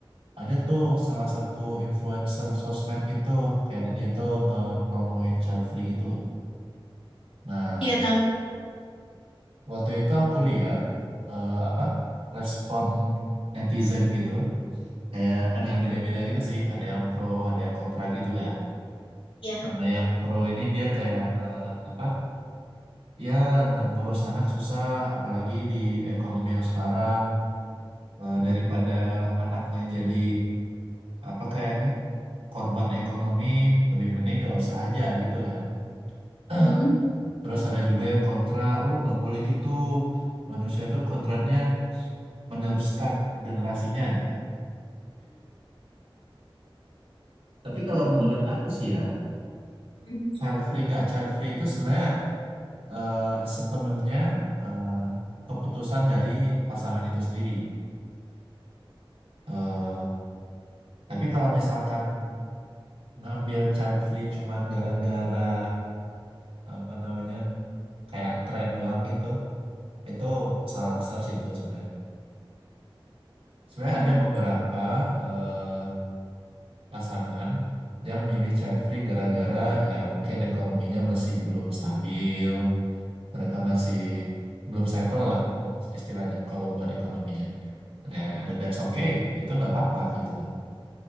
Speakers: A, on the right; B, on the left.
A: ada tuh salah satu influencer sosmed gitu, kayak dia tuh ngepromoin child free gitu loh. Nah,
B: ya tahu
A: waktu itu aku lihat eh, apa respon netizen gitu, kayak ada yang beda-beda gitu sih, ada yang pro, ada yang kontra gitu kan.
B: ya.
A: Karena yang pro ini dia kayak eh, apa? Ya, n- ngurus anak susah, apalagi di ekonomi yang sekarang. Eh, daripada anaknya jadi apa kayaknya korban ekonomi lebih mending nggak usah aja gitu kan <clears throat>
B: Hmm,
A: terus ada juga yang kontra oh nggak boleh gitu manusia tuh kodratnya meneruskan generasinya gitu tapi kalau
B: hmm,
A: menurut aku sih ya
B: hmm,
A: child free nggak child free itu sebenarnya eh, sepenuhnya eh, keputusan dari pasangan itu sendiri Eh, tapi kalau misalkan ngambil child free cuman gara-gara apa namanya kayak tren doang gitu itu salah besar sih itu sebenarnya sebenarnya
B: hmm,
A: ada beberapa eh, pasangan yang milih child free gara-gara ya mungkin ekonominya masih belum stabil mereka masih belum settle lah eh, istilahnya kalau buat ekonominya dan, dan that's okay itu nggak apa-apa gitu loh